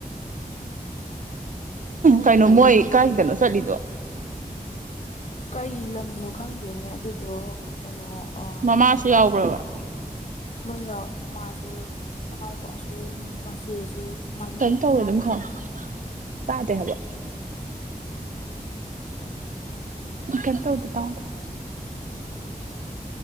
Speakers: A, on the right (about 55°); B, on the left (about 50°).
A: ꯀꯩꯅꯣ ꯃꯣꯏ ꯀꯥꯏꯗꯅꯣ ꯆꯠꯂꯤꯗꯣ
B: ꯀꯩ ꯂꯝꯅꯣ ꯈꯪꯗꯦꯅꯦ ꯑꯗꯨꯗꯣ ꯀꯩꯅꯣ ꯑ
A: ꯃꯃꯥꯁꯨ ꯌꯥꯎꯕ꯭ꯔꯕ
B: ꯂꯣꯏ ꯌꯥꯎꯋꯦ ꯃꯃꯥꯁꯨ ꯃꯅꯥꯎꯄꯥꯁꯨ
A: ꯎꯝ
B: ꯃꯆꯦꯁꯨ ꯃꯥꯏ
A: ꯀꯩꯅꯣ
B: ꯃꯥꯏ
A: ꯇꯧꯔꯦ ꯑꯗꯨꯝ ꯊꯝꯃꯨ ꯇꯥꯗꯦ ꯍꯥꯏꯕ ꯀꯩꯝ ꯇꯧꯗꯦ ꯇꯥꯎ ꯑꯗꯨꯝ